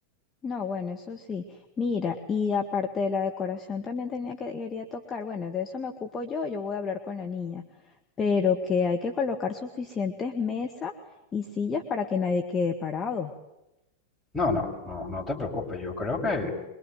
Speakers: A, on the left; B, in the centre.
A: No, bueno, eso sí. Mira, y aparte de la decoración también tenía que quería tocar. Bueno, de eso me ocupo yo, yo voy a hablar con la niña. Pero que hay que colocar suficientes mesas y sillas para que nadie quede parado.
B: No, no, no, no te preocupes. Yo creo que